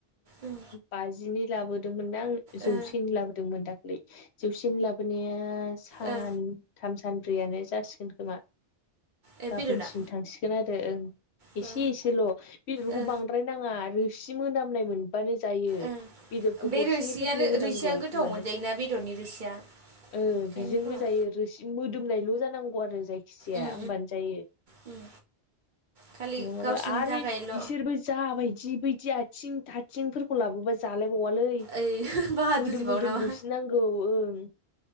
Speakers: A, on the right; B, on the left.
A: उम
B: बाजिनि लाबोदोंमोन ना आं
A: ओ
B: जौसेनि लाबोदोंमोन दाख्लै जौसेनि लाबोनाया सान
A: ओ
B: थाम सानब्रैयानो जासिगोन खोमा
A: ए
B: गाबोनसिम
A: बेदरा
B: थांसिगोन आरो ओं
A: बा
B: एसे एसेल' बेदरखौ
A: ओ
B: बां द्राय नाङा रोसि मोनामनाय मोन बानो जायो
A: ओ
B: बेदरखौ
A: बे
B: दरसेफोरल'
A: रोसियानो
B: होनांगौ
A: रोसिया गोथाव
B: होमबानो
A: मोनजायोना बेदरनि रोसिया
B: ओ
A: ओंखायनो
B: बिजोंनो
A: खोमा
B: जायो रोसि मोदोमनायल' जानांगौ आरो जायखिजाया
A: उम
B: होमबानो जायो
A: उम खालि
B: नङाबा
A: गावसिनि
B: आरो
A: थाखायल'
B: इसोरबो जाह बायदि बैदि आथिं - आथिंफोरखौ लाबोबा जालायबावालै
A: ओइ बाहादुरिबाव
B: मोदोम-मोदोम
A: नामा
B: गुसो नांगौ ओं